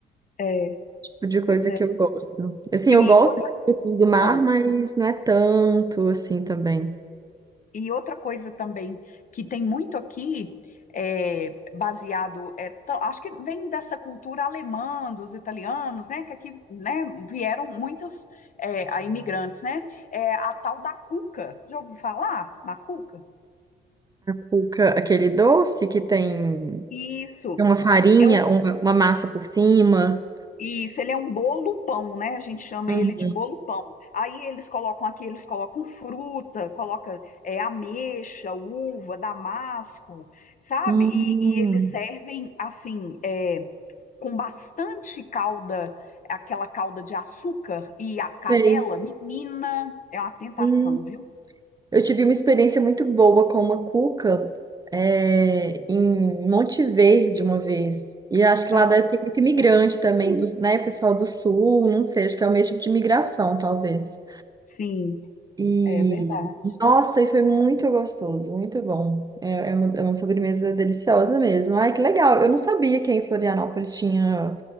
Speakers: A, on the left; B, on the right.
A: É,
B: Tipo de coisa
A: pois
B: que
A: é.
B: eu gosto. Assim, eu
A: E
B: gosto
A: outra,
B: de frutos do mar,
A: ah,
B: mas não é tanto assim também.
A: e outra coisa também que tem muito aqui, é, baseado, é, então, acho que vem dessa cultura alemã, dos italianos, né, que aqui, né, vieram muitos é, a imigrantes, né, é a tal da cuca. Já ouviu falar na cuca?
B: cuca, aquele doce que tem
A: Isso.
B: uma farinha,
A: é um
B: uma, uma massa por cima.
A: Isso, ele é um bolo pão, né? A gente chama
B: Uhum.
A: ele de bolo pão. Aí eles colocam aqui, eles colocam fruta, coloca é, ameixa, uva, damasco, sabe?
B: Hum,
A: E, e eles servem assim, é, com bastante calda, aquela calda de açúcar e a canela.
B: sei.
A: Menina, é uma tentação,
B: Hum,
A: viu?
B: eu tive uma experiência muito boa com uma cuca é, em Monte Verde uma vez. E acho que
A: Ah,
B: lá deve ter muito imigrante também, do, né, pessoal do sul, não sei, acho que é o mesmo tipo de imigração, talvez.
A: sim,
B: E
A: é verdade.
B: nossa, e foi muito gostoso, muito bom. É, é uma, é uma sobremesa deliciosa mesmo. Ai, que legal! Eu não sabia que em Florianópolis tinha.